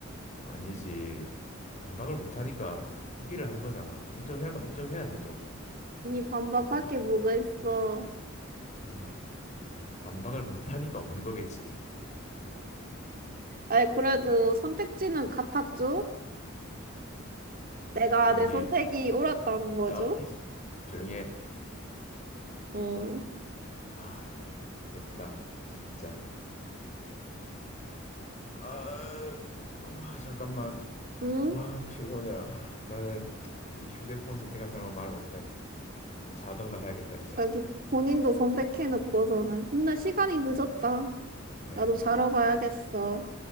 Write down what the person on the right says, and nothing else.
아니, 반박할 게 뭐가 있어.
아니, 그래도 선택지는 같았죠? 내가
내 선택이
옳았다는 거죠?
응,
응?
여기 본인도 선택해놓고서는. 근데 시간이 늦었다.
나도 자러 가야겠어.